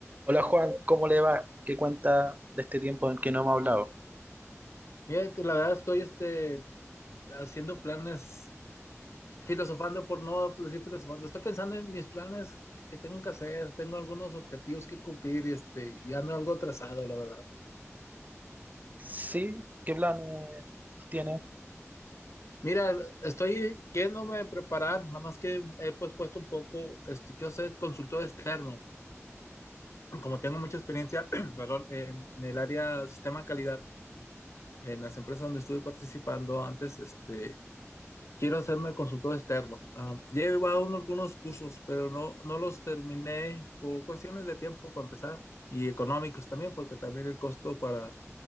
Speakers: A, on the right (about 35°); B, on the left (about 65°).
A: Hola Juan, ¿cómo le va? ¿Qué cuenta de este tiempo en que no hemos hablado?
B: Fíjate, la verdad estoy este, haciendo planes, filosofando por no pues, decir filosofando. Estoy pensando en mis planes que tengo que hacer, tengo algunos objetivos que cumplir y, este, y ando algo atrasado, la verdad.
A: Sí, ¿qué planes tiene?
B: Mira, estoy queriéndome preparar, nada más que he pues, puesto un poco, este, quiero ser consultor externo. Como tengo mucha experiencia, <clears throat> perdón, en, en el área sistema de calidad, en las empresas donde estuve participando antes, este, Quiero hacerme consultor externo. Ah, ya he llevado unos- algunos cursos, pero no, no los terminé por cuestiones de tiempo para empezar y económicos también, porque también el costo para,